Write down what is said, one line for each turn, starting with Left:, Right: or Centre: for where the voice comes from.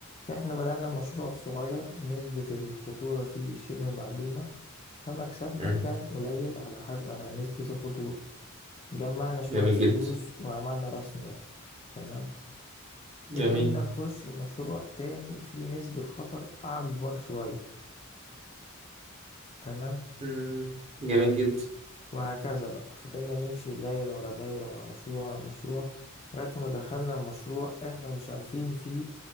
Left: فإحنا بدأنا مشروع صغير نسبة الخطورة فيه شبه معدومة فمكسبنا
Right: مم.
Left: كان قليل على حسب على نسبة الخطورة جمعنا شوية
Right: جميل
Left: فلوس
Right: جدا
Left: وعملنا رأس مال تمام قدرنا
Right: جميل
Left: نخش مشروع تاني فيه نسبة خطر أكبر شوية تمام
Right: مم. جميل جدا
Left: وهكذا بقى فضلنا نمشي دايرة ورا دايرة ورا مشروع ورا مشروع لغاية ما دخلنا مشروع إحنا مش عارفين فيه